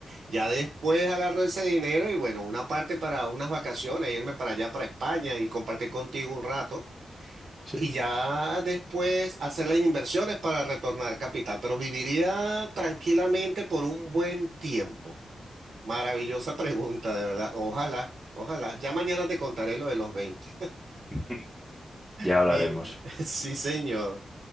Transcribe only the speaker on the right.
Ya después agarro ese dinero y bueno, una parte para unas vacaciones, irme para allá, para España y compartir contigo un rato.
Y ya después hacer las inversiones para retornar capital. Pero viviría tranquilamente por un buen tiempo. Maravillosa pregunta, de verdad. Ojalá, ojalá. Ya mañana te contaré lo de los 20.
Mira. <laughs> Sí, señor.